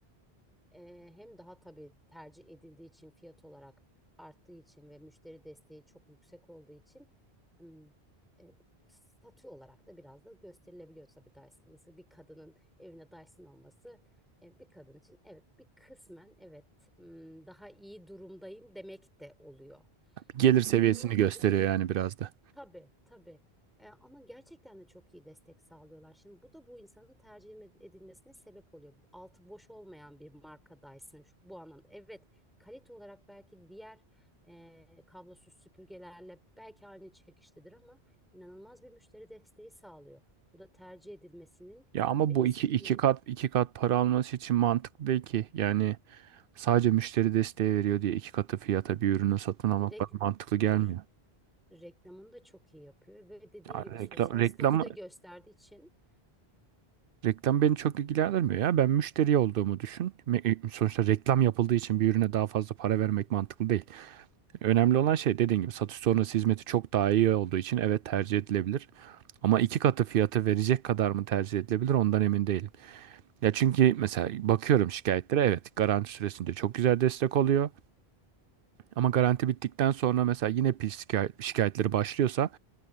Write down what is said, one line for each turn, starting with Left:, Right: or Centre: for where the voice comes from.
Centre: Eee, hem daha tabii tercih edildiği için fiyat olarak arttığı için ve müşteri desteği çok yüksek olduğu için ım, e, statü olarak da biraz da gösterilebiliyor tabii Dyson. İnsan, bir kadının evine Dyson olması e, bir kadın için evet bir kısmen evet ım, daha iyi durumdayım demek de oluyor.
Right: Gelir
Centre: Ama
Right: seviyesini
Centre: inanılmaz
Right: gösteriyor
Centre: da bir de
Right: yani biraz da.
Centre: Tabii, tabii. E, ama gerçekten de çok iyi destek sağlıyorlar. Şimdi bu da bu insanın tercih ed- edilmesine sebep oluyor. Altı boş olmayan bir markadaysın şu, bu anlamda. Evet, kalite olarak belki diğer e, kablosuz süpürgelerle belki aynı çekiştedir ama inanılmaz bir müşteri desteği sağlıyor. Bu da tercih edilmesinin
Right: Ya ama
Centre: ve
Right: bu
Centre: ismin
Right: iki, iki
Centre: yay-
Right: kat iki kat para alması için mantıklı değil ki. Yani sadece müşteri desteği veriyor diye iki katı fiyata bir ürünü satın almak
Centre: rek-
Right: bana mantıklı gelmiyor.
Centre: r- reklamını da çok iyi yapıyor ve dediğim
Right: Ya
Centre: gibi
Right: reklam,
Centre: sosyal
Right: reklam,
Centre: statü de gösterdiği için
Right: reklam beni çok ilgilendirmiyor ya. Ben müşteri olduğumu düşün. Me- e, Sonuçta reklam yapıldığı için bir ürüne daha fazla para vermek mantıklı değil. Önemli olan şey dediğim gibi satış sonrası hizmeti çok daha iyi olduğu için evet tercih edilebilir. Ama iki katı fiyatı verecek kadar mı tercih edilebilir ondan emin değilim. Ya çünkü mesela bakıyorum şikayetlere evet garanti süresince çok güzel destek oluyor. Ama garanti bittikten sonra mesela yine pil şikayet, şikayetleri başlıyorsa